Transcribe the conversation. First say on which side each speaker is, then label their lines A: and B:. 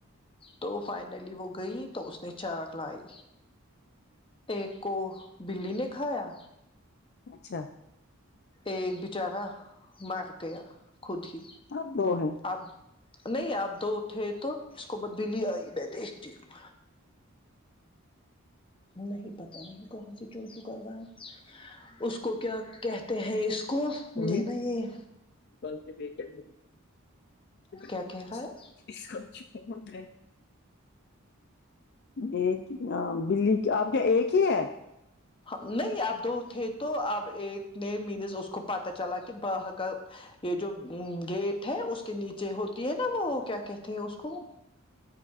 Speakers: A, on the left; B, on the left.
A: تو فائنلی وہ گئی تو اس نے چاک لائی ایک کو بلی نے کھایا
B: اچھا
A: ایک بیچارہ مر گیا خود ہی
B: اب دو ہے
A: اب نہیں اب دو تھے تو اس کو ب دلی آئی میں دیکھتی ہوں نہیں پتا ہم کو کہاں سے چو چو کر رہا ہے اس کو کیا کہتے ہیں اس کو
B: ہیں
A: یہ نہ یہ
B: <unintelligible> <inaudible>
A: کیا کہہ رہا ہے
B: ایک بلی اب کیا ایک ہی ہے
A: نہیں اب دو تھے تو اب ایک نے مینز اس کو پتہ چلا کہ بہ کا یہ جو گیٹ ہے اس کے نیچے ہوتی ہے نا وہ کیا کہتے ہیں اس کو